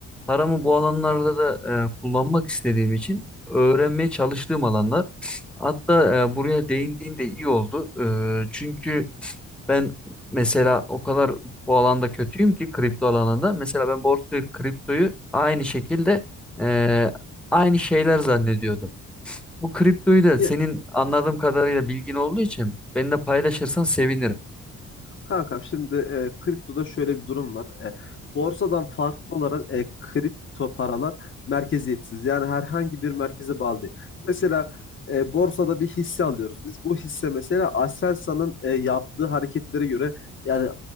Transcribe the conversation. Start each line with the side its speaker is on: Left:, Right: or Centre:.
Centre: paramı bu alanlarda da e, kullanmak istediğim için öğrenmeye çalıştığım alanlar hatta e, buraya değindiğin de iyi oldu E, çünkü Ben mesela o kadar bu alanda kötüyüm ki kripto alanında. Mesela ben borsayı, kriptoyu aynı şekilde eee, aynı şeyler zannediyordum. Bu kriptoyu da
Left: Ya,
Centre: senin anladığım kadarıyla bilgin olduğu için benimle paylaşırsan sevinirim.
Left: Kankam şimdi e, kriptoda şöyle bir durum var. E, borsadan farklı olarak e, kripto paralar merkeziyetsiz. Yani herhangi bir merkeze bağlı değil. Mesela e, borsada bir hisse alıyoruz biz. Bu hisse mesela Aselsan'ın e, yaptığı hareketlere göre yani